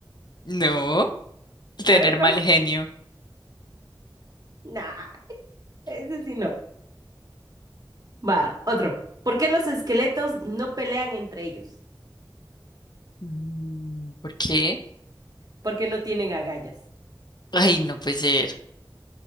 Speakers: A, on the left; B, on the right.
A: No, tener
B: A ver cuál.
A: mal genio.
B: Nah, ese sí no. Va, otro. ¿Por qué los esqueletos no pelean entre ellos?
A: Mm, ¿por qué?
B: Porque no tienen agallas.
A: Ay, no puede ser.